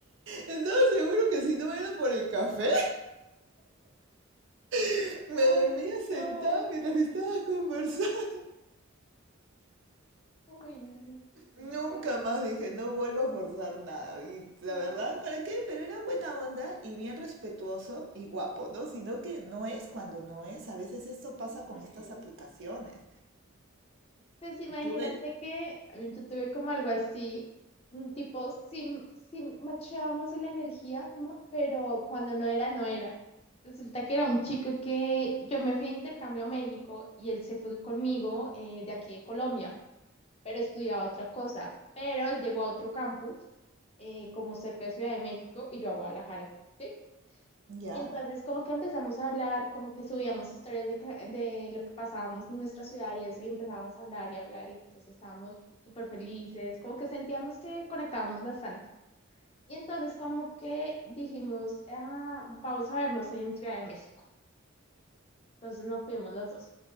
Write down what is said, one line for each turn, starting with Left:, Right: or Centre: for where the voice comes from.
Right: estaba seguro que si no era por el café, <laughs> me
Left: Ay,
Right: dormía sentada
Left: no.
Right: mientras me estabas conversando.
Left: Uy, no. qué
Right: Nunca
Left: incómodo.
Right: más dije, no vuelvo a forzar nada. Y la
Left: No.
Right: verdad, ¿para qué? Pero era buena onda y bien respetuoso y guapo, ¿no? Sino que no es cuando no es. A veces esto pasa con
Left: Sí.
Right: estas aplicaciones.
Left: Pues imagínate
Right: Tuve,
Left: que yo tuve como algo así, un tipo, sí, sí machábamos en la energía, mo- pero cuando no era, no era. Resulta que era un chico que yo me fui de intercambio a México y él se fue conmigo eh, de aquí de Colombia, pero estudiaba otra cosa. Pero él llegó a otro campus, eh, como cerca de Ciudad de México, y yo a Guadalajara. ¿sí?
Right: ya.
Left: Y entonces como que empezamos a hablar, como que subíamos historias de, ca- de lo que pasábamos en nuestra ciudad y eso, y empezábamos a hablar y hablar, y entonces estábamos súper felices, como que sentíamos que conectábamos bastante. Y entonces como que dijimos, "Ah, vamos a vernos en Ciudad de México. Entonces nos fuimos los dos.